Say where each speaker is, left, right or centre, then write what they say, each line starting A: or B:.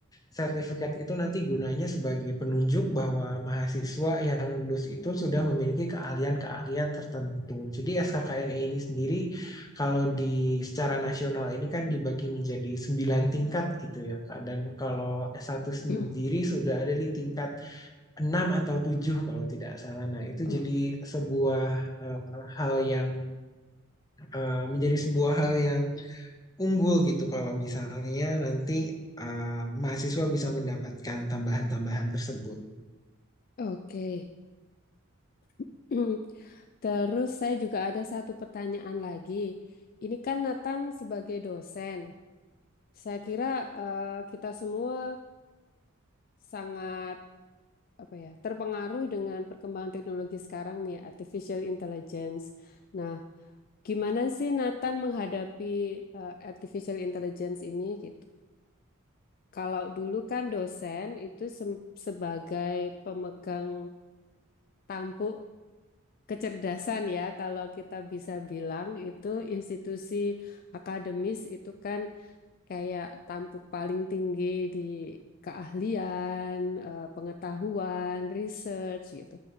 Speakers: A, on the left; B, on the left.
A: sertifikat itu nanti gunanya sebagai penunjuk bahwa mahasiswa yang lulus itu sudah memiliki keahlian-keahlian tertentu. Jadi SKKNE ini sendiri kalau di secara nasional ini kan dibagi menjadi 9 tingkat gitu ya, Kak. Dan kalau S1 sendiri
B: <clears throat>
A: sudah ada di tingkat 6 atau 7 kalau tidak salah. Nah, itu
B: Oh,
A: jadi sebuah eh, hal yang eh, menjadi sebuah hal yang unggul gitu kalau misalnya nanti eh, mahasiswa bisa mendapatkan tambahan-tambahan tersebut.
B: oke. <clears throat> Terus saya juga ada satu pertanyaan lagi. Ini kan Nathan sebagai dosen. Saya kira eh, kita semua sangat apa ya terpengaruh dengan perkembangan teknologi sekarang nih, artificial intelligence. Nah, gimana sih Nathan menghadapi eh, artificial intelligence ini gitu? Kalau dulu kan dosen itu sem- sebagai pemegang tampuk kecerdasan ya, kalau kita bisa bilang itu institusi akademis itu kan kayak tampuk paling tinggi di keahlian, eh, pengetahuan, research gitu.